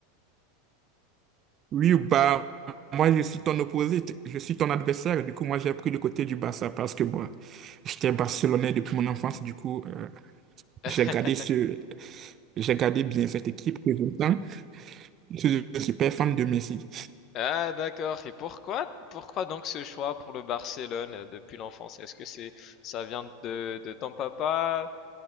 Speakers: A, on the right; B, on the left.
A: Oui, bah, moi, je suis ton opposé, t- je suis ton adversaire. Du coup, moi, j'ai pris le côté du Barça parce que, bon, j'étais barcelonais depuis mon enfance. Du coup, euh,
B: <laughs>
A: j'ai gardé ce, j'ai gardé bien cette équipe que j'aime Je suis un super fan de Messi.
B: Ah d'accord. Et pourquoi, pourquoi donc ce choix pour le Barcelone euh, depuis l'enfance? Est-ce que c'est, ça vient de, de ton papa,